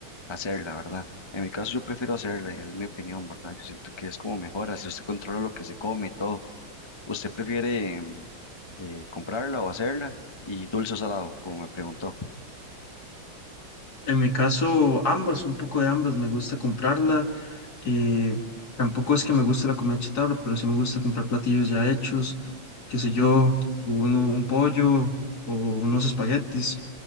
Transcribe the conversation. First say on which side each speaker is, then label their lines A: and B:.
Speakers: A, on the left (about 25°); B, on the left (about 50°).
A: hacerla, verdad? En mi caso, yo prefiero hacerla, es mi opinión, ¿verdad? Yo siento que es como mejor, así usted controla lo que se come y todo. ¿Usted prefiere em, eh, comprarla o hacerla? Y dulce o salado, como me preguntó.
B: En mi caso, ambas, un poco de ambas. Me gusta comprarla Eh, tampoco es que me guste la comida chatarra, pero sí me gusta comprar platillos ya hechos, qué sé yo, uno, un pollo o unos espaguetis,